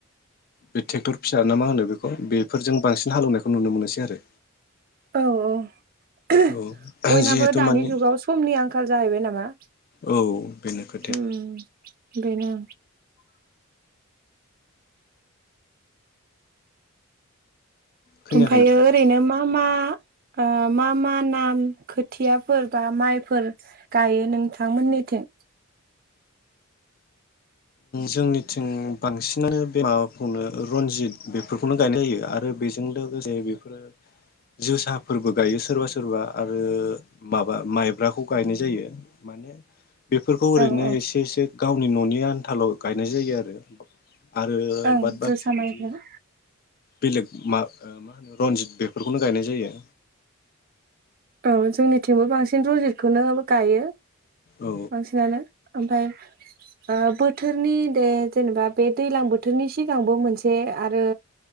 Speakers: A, on the left; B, on the right.
A: बे ट्रेक्टर फिसा ना मा होनो बेखौ बेफोरजों बांसिन हालेवनायखौ नुनो मोनोसै आरो
B: औ औ
A: औ
B: बयनाबो
A: जिहेथु
B: दानि
A: माने
B: जुगाव समनि आंखाल जाहैबाय नामा
A: औ बेनो खोथाया
B: उम बेनो
A: खोनायाखै
B: ओमफायो
A: नोंथां
B: ओरैनो मा मा मा ओ मा मा नाम खोथियाफोर बा माइफोर गायो नोंथांमोननिथिं
A: जोंनिथिं बांसिनानो बे माबाखौनो रनजित बेफोरखौनो गायनाय जायो आरो बेजों लोगोसे बेफोरो जोसाफोरबो गायो सोरबा सोरबा आरो माबा माइब्राखौ गायनाय जायो माने बेफोरखौ ओरैनो
B: औ औ
A: एसे एसे गावनि न'नि आन आन्थाल' गायनाय जायो आरो आरो
B: ओं
A: बाद बाखि
B: जोसा माइब्रा
A: बिदि बेलेग मा होनो रनजित बेफोरखौनो गायनाय जायो।
B: औ जोंनिथिंबो बांसिन रनजितखौनो गायो।
A: औ
B: बांसिनानो ओमफाय ओ बोथोर नि दे जेनेबा बे दैलां बोथोरनि सिगांबो मोनसे आरो